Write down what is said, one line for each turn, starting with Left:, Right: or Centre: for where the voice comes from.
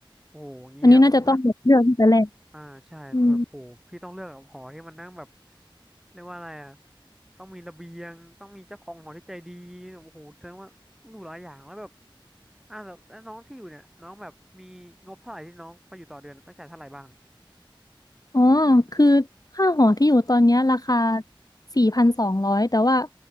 Centre: โอ้โหเงี้ยแบบถ้า
Left: อันนี้น่าจะต้องแบบเลือกตั้งแต่แรก
Centre: อ่าใช่แบบโหพี่ต้องเลือกแบบหอที่มันนั่งแบบ
Left: อืม
Centre: เรียกว่าอะไรอ่ะต้องมีระเบียงต้องมีเจ้าของหอที่ใจดีโอ้โหแสดงว่าต้องดูหลายอย่างแล้วแบบอ่าแต่แล้วน้องที่อยู่เนี่ยน้องแบบมีงบเท่าไหร่ที่น้องไปอยู่ต่อเดือนต้องจ่ายเท่าไหร่บ้าง
Left: อ๋อ คือค่าหอที่อยู่ตอนเนี้ยราคาสี่พันสองร้อยแต่ว่า